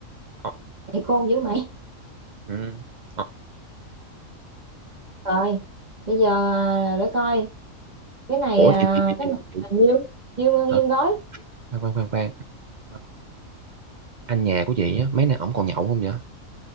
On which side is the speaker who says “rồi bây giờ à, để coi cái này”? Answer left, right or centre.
Right